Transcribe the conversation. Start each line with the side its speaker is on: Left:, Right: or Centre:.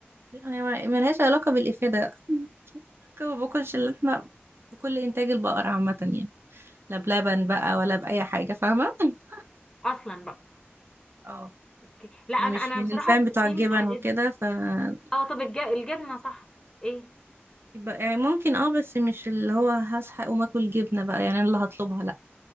Right: يعني ملهاش علاقه بالافاده ما باكلش اللحمه بكل انتاج البقر عامه يعني لا بلبن بقى ولا باي حاجه فاهمه <laughs>
Left: اصلا بقى
Right: اه
Left: أوكي. لا انا
Right: مش
Left: انا
Right: من
Left: بصراحه
Right: الفان بتوع
Left: دي
Right: الجبن
Left: من الحاجات
Right: وكده
Left: دي.
Right: فلا
Left: اه طب الج- الجبنه صح ايه
Right: يبقى يعني ممكن اه بس مش اللي هو هصحى اقوم اكل جبنه بقى يعني أنا اللي هطلبها لا